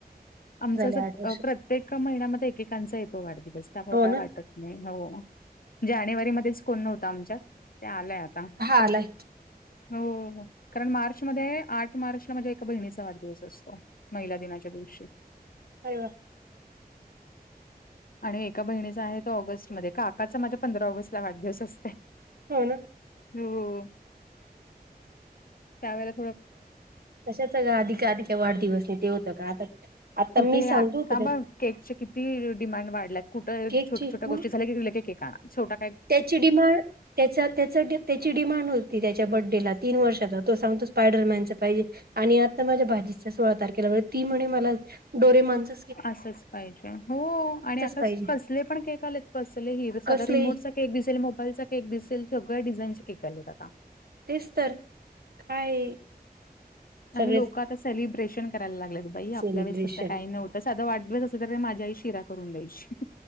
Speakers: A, on the left; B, on the right.
A: आमचा
B: झाले
A: असं
B: आठ वर्ष
A: प्रत्येक महिन्यामध्ये एकेकांचा येतो वाढदिवस असल्यामुळे
B: हो
A: काय
B: ना
A: वाटत नाही हो. जानेवारीमध्येच कोण नव्हतं आमच्यात, ते आलंय आता
B: आलाय.
A: हो. कारण मार्च मध्ये, आठ मार्चला माझ्या एका बहिणीचा वाढदिवस असतो. महिला दिनाच्या दिवशी.
B: अरे वा!
A: आणि एका बहिणीचा आहे तो ऑगस्टमध्येध्ये का काकाचा माझ्या पंधरा ऑगस्टला वाढदिवस असते.
B: हो ना.
A: हो त्यावेळे
B: तशाच का आधी का आधी का वाढदिवस नाही ते होतं का आता आता
A: कुठे
B: मी
A: आता
B: सांगतो होत त्या
A: बघ केकचे किती डिमांड वाढलाय कुठं
B: केकची
A: छोट छोटया
B: मग
A: गोष्टी झाल्या की लगेच केक आणा, छोट
B: त्याची डिमांड त्याचा त्याचा त्याची डिमांड होती त्याच्या बडडेला तीन वर्षाचा तो सांगतो स्पायडरमॅनचा पाहिजे. आणि आता माझ्या भाचीचा सोळा तारखेला ती म्हणे मला डोरे मनचा
A: असंच पाहिजे, हो, आणि आका
B: पाहिजे
A: कसले पण केक आलेत, कसले हि,
B: कसले
A: साध रिमोट केक दिसेल, मोबाईलचा केक दिसेल, सगळ्या डिझाईनचे केक आलेत आता.
B: तेच तर, काय सगळेच
A: आणि लोकं आता सेलिब्रेशन करायला लागलेत बाई,
B: सेलिब्रेशन
A: आपल्या वेळेस तसं काही नव्हतं. साधं वाढदिवस असलं तर, माझी आई शिरा करून द्यायची.